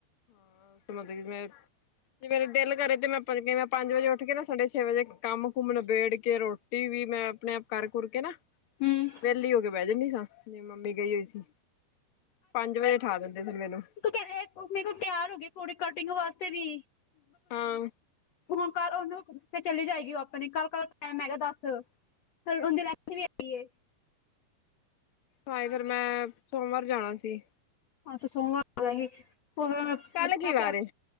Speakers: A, on the left (about 55°); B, on the left (about 90°).
A: ਹਾਂ ਮਤਲਬ ਕਿ ਮੈਂ <unintelligible> ਜੇ ਮੇਰੇ ਦਿਲ ਕਰੇ, ਤੇ ਮੈਂ ਭਲਕੇ ਮੈਂ ਪੰਜ ਵਜੇ ਉੱਠ ਕੇ ਨਾ, ਸਾਡੇ ਛੇ ਵਜੇ ਕੰਮ ਕੁੁੰਮ ਨਬੇੜ ਕੇ, ਰੋਟੀ ਟੀ ਵੀ, ਮੈਂ ਆਪਣੇ ਆਪ ਕਰ ਕੁਰ ਕੇ ਨਾ।
B: ਹੂੰ
A: ਵਿਹਲੀ ਹੋ ਕੇ ਬਹਿ ਜਾਂਦੀ ਸਾਂ। ਮੇਰੀ ਮੰਮੀ ਗਈ ਹੋਈ ਸੀ। ਪੰਜ ਵਜੇ ਉਠਾ ਦਿੰਦੇ ਸੀ ਮੈਨੂੰ।
B: ਤ ਮੇਰੇ ਕੋਲ ਤਿਆਰ ਹੋ ਗਈ ਕੁੜੀ ਕਟਿੰਗ ਵਾਸਤੇ ਵੀ।
A: ਹਾਂ
B: ਹੁਣ ਕੱਲ ਉਹਨੂੰ ਫ਼ੇਰ ਚੱਲੀ ਜਾਏਗੀ। ਉਹ ਆਪਣੇ ਕੱਲ ਕੱਲ ਟੈਮ ਹੈਗਾ ਦੱਸ ਫਿਰ ਉਹਦੀ। ਲੈਂਥ ਵੀ ਹੈਗੀ ਏ
A: ਹਾਏ ਫਿਰ ਮੈਂ ਸੋਮਵਾਰ ਜਾਣਾ ਸੀ।
B: ਆ ਤੇ ਸੋਮਵਾਰ ਹੀ ਹੋਰ
A: ਕੱਲ ਕੀ ਵਾਰ
B: ਪਿਆ
A: ਏ